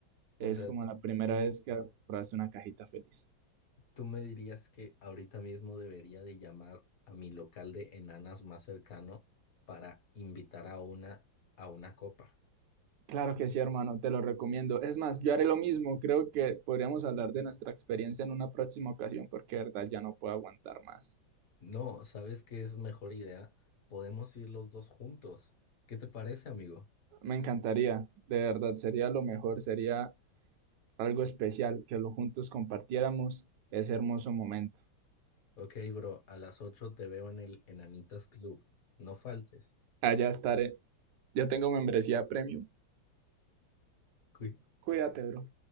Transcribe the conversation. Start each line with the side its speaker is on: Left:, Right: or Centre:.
Right: Es
Left: O sea,
Right: como
Left: tú,
Right: la primera
Left: tú-
Right: vez que pruebas una cajita feliz.
Left: ¿Tú me dirías que ahorita mismo debería de llamar a mi local de enanas más cercano para invitar a una a una copa?
Right: Claro que sí, hermano, te lo recomiendo. Es más, yo haré lo mismo. Creo que podríamos hablar de nuestra experiencia en una próxima ocasión porque de verdad ya no puedo aguantar más.
Left: No, ¿sabes qué es mejor idea? Podemos ir los dos juntos. ¿Qué te parece, amigo?
Right: Me encantaría, de verdad, sería lo mejor, sería algo especial, que lo juntos compartiéramos ese hermoso momento.
Left: Ok, bro, a las 8 te veo en el Enanitas Club. No faltes.
Right: Allá estaré. Yo tengo membresía premium.
Left: Cuí-
Right: Cuídate, bro.